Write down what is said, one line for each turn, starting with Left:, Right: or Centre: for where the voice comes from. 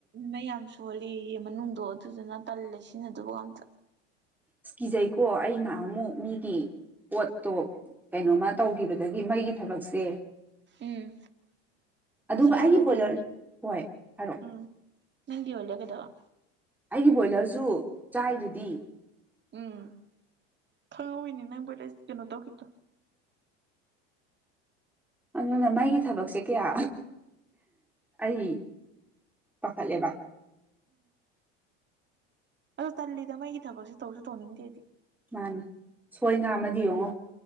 Right: ꯃꯩ ꯌꯥꯝ ꯁꯣꯜꯂꯦꯌꯦ ꯃꯅꯨꯡꯗꯣ ꯑꯗꯨꯗꯨꯅ ꯇꯜꯂꯦ ꯁꯤꯖꯤꯟꯅꯗꯨꯕꯒ ꯑꯝꯇ
Centre: ꯏꯁ ꯀꯤꯖꯩꯀꯣ ꯑꯩꯅꯍꯟ ꯃꯨꯛ ꯃꯤꯒꯤ ꯄꯣꯠꯇꯣ ꯀꯩꯅꯣꯃ ꯇꯧꯒꯤꯕꯗꯒꯤ ꯃꯩꯒꯤ ꯊꯕꯛꯁꯦ
Right: ꯎꯝ
Centre: ꯑꯗꯨꯒ
Right: ꯑꯁ
Centre: ꯑꯩꯒꯤ
Right: ꯍꯥꯏꯕ
Centre: ꯕꯣꯏꯂꯔ
Right: ꯋꯥꯅꯦ
Centre: ꯍꯣꯏ ꯍꯥꯏꯔꯛꯑꯣ
Right: ꯎꯝ ꯅꯪꯒꯤ ꯕꯣꯏꯂꯔ ꯀꯩꯗꯧꯕ
Centre: ꯑꯩꯒꯤ ꯕꯣꯏꯂꯔꯖꯨ ꯆꯥꯏꯗꯨꯗꯤ
Right: ꯎꯝ ꯈꯪꯍꯧꯋꯤꯅꯦ ꯅꯪ ꯕꯣꯏꯂꯔ ꯀꯩꯅꯣ ꯇꯧꯒꯤꯕꯗꯣ
Centre: ꯑꯗꯨꯅ ꯃꯩꯒꯤ ꯊꯕꯛꯁꯦ ꯀꯌꯥ ꯑꯩ ꯄꯥꯈꯠꯂꯦꯕ
Right: ꯑꯗꯣ ꯇꯜꯂꯤꯗ ꯃꯩꯒꯤ ꯊꯕꯛꯁꯦ ꯇꯧꯁꯨ ꯇꯧꯅꯤꯡꯗꯦ ꯑꯩꯗꯤ
Centre: ꯃꯥꯅꯤ ꯁꯣꯏ ꯉꯥꯝꯃꯗꯤ ꯌꯦꯡꯉꯣ